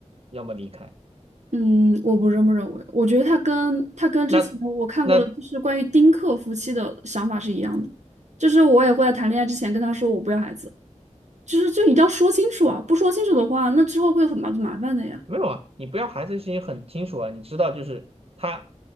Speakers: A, on the right; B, on the right.
A: 要么离开。
B: 嗯，我不这么认为。我觉得他跟他跟之前我看过的，
A: 那那
B: 就是关于丁克夫妻的想法是一样的，就是我也会在谈恋爱之前跟他说我不要孩子，就是就一定要说清楚啊，不说清楚的话，那之后会有很麻麻烦的呀。
A: 没有啊，你不要孩子的事情很清楚啊，你知道就是他